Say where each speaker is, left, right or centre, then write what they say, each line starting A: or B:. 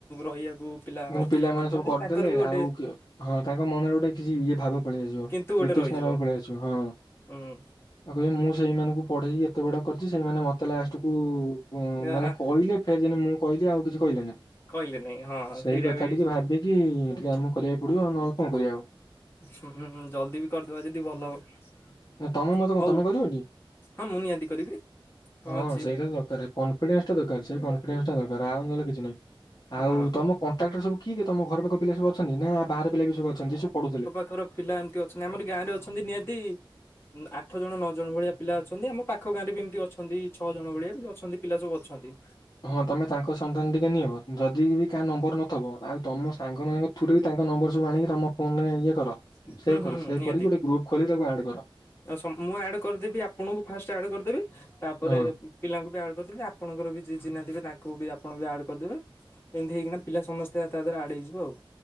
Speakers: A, on the left; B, on the left.
A: ରହିଆକୁ ପିଲା
B: ମାନେ
A: ଅପେକ୍ଷା
B: ପିଲାମାନେ
A: କରୁନାହାନ୍ତି,
B: ସବୁ କରିଦେଲେ
A: ତାଙ୍କର ବି ଗୋଟେ
B: ଆଉ କି ହଁ ତାଙ୍କ ମନରେ ଗୋଟେ କିଛି ଇଏ ଭାବ ପଳେଇଆସିବ,
A: କିନ୍ତୁ ଗୋଟେ
B: ବିତୃଷ୍ଣ
A: ରହିଯିବ
B: ଭାବ ପଳେଇ ଆସିବ ହଁ।
A: ହୁଁ
B: ଆଉ କହିବେ ମୁଁ ସେଇମାନଙ୍କୁ ପଢେଇକି ଏତେ ବଡ କରିଚି, ସେଇମାନେ ମ ତେ ଲଷ୍ଟକୁୁ
A: ଏହା
B: ମାନେ କହିଲେ, ଫେର୍ ଯେନି ମୁଁ କହିଲି ଆଉ କିଛି କହିଲେନି।
A: କହିଲେନେଇଁ ହଁ।
B: ସେଇକଥା
A: ସେଇଟା ବି
B: ଟିକେ ଭାବିକି ଟିକେ ଆମକୁ କରିଆକୁ ପଡିବ, ଆଉ ନହେଲେ କଣ କରିଆ ଆଉ।
A: ହୁଁ ଜଲଦି ବି କରିଦବା ଯଦି ଭଲ ହବ।
B: ତମେ ମତେ କଣ
A: ହଉ
B: ତମେ କରିବ ଟି,
A: ହଁ ମୁଁ ନିହାତି କରିବି କଣ
B: ହଁ
A: ଅଛି
B: ସେଇଟା ତ ଦକାରେ। କନଫିଡେନ୍ସ ଟା ଦରକାର୍ ସେ କନଫିଡେନ୍ସ ଟା ଦରକାର୍ ଆଉ ନହେଲେ କିଛି ନାହିଁ, ଆଉ
A: ହଁ।
B: ତମ କନ୍ ଟାକ୍ଟ୍ରେ ସବୁ କିଏ-କିଏ ତମ ଘର ପାଖ ପିଲା ସବୁ ଅଛନ୍ତି, ନା ବାହାର ପିଲା ବି ସବୁ ଅଛନ୍ତି ଯିଏ ସବୁ ପଢୁଥିଲେ?
A: ଙ୍କର ପିଲା ଏମ୍ ତି ଅଛନ୍ତି ଆମର ଗାଁ ରେ ଅଛନ୍ତି ନିହାତି ଆଠ ଜଣ ନଅ ଜଣ ଭଳିଆ ପିଲା ଅଛନ୍ତି, ଆମ ପାଖ ଗାଁରେ ବି ଏମ୍ତି ଅଛନ୍ତି ଛଅ ଜଣ ଭଳିଆ ଅଛନ୍ତି। ପିଲା ସବୁ ଅଛନ୍ତି।
B: ହଁ ତମେ ତାଙ୍କ ସନ୍ଧାନ ଟିକେ ନିଅ। ଯଦି ବି କାହା ନମ୍ବର ନଥବ, ଆଉ ତମ ସାଙ୍ଗମାନଙ୍କ ଥ୍ରୁରେ ବି ତାଙ୍କ ନମ୍ବର ସବୁ ଆଣିକି ତମ ଫୋନରେ ଇଏ କର।
A: ହୁଁ
B: ସେଭ୍
A: ହୁଁ
B: କର
A: ହୁଁ
B: ସେଭ୍
A: ନିହାତି
B: କରିକି ଗୋଟେ ଗ୍ରୁପ୍ ଖୋଲିକି ତାକୁ ଆଡ କର।
A: <unintelligible> ମୁଁ ଆଡ୍ କରିଦେବି ଆପଣଙ୍କୁ ଫାଷ୍ଟ ଆଡ୍ କରିଦେବି ତାପରେ
B: ହଁ
A: ପିଲାଙ୍କୁ ବି ଆଡ କରିଦେବେ, ଆପଣଙ୍କର ବି ଯିଏ ଚିହ୍ନା ଥିବେ ତାଙ୍କୁ ବି ଆପଣ ବି ଆଡ୍ କରିଦେବେ। ଏନ୍ତି ହେଇକିନା ପିଲା ସମସ୍ତେ ତା ଧେରେ ଆଡ୍ ହେଇଯିବେ ଆଉ।